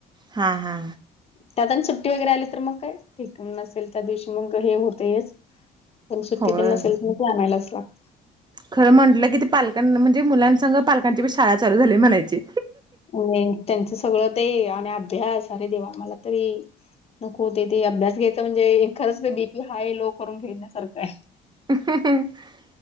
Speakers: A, on the right; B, on the left.
A: हां.. हा..
B: त्यात आणि सुट्टी वगैरे आली तर मग काय, ठीक नसेल त्या दिवशी मग हे होतयच. पण सुट्टी
A: होय
B: तेन नसेल तर मग ते आणायलाच लागतं.
A: खरं म्हटलं की ते पालकांना म्हणजे, मुलांसघं पालकांचीबी शाळा चालू झालीय म्हणायची.
B: आणि त्यांचं सगळं ते आणि अभ्यास अरे देवा मला तरी नको हुतयं ते अभ्यास घ्यायचा म्हणजे, एखाद्याचा बीपी हाय लो करून घेण्यासारखं आहे.
A: <unintelligible>